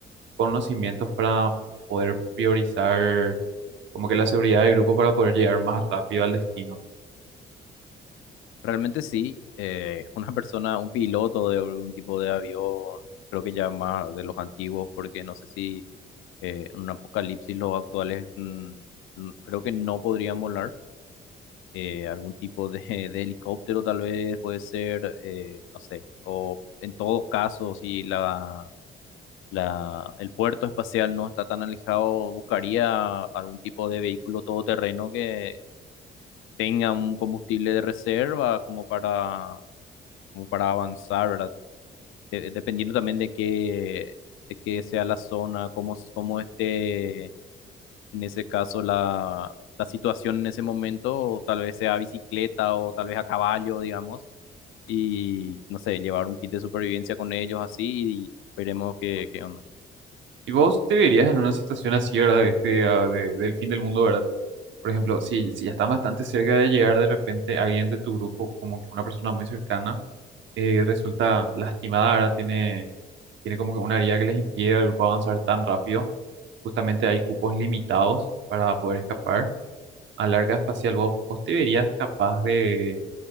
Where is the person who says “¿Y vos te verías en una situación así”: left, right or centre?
Right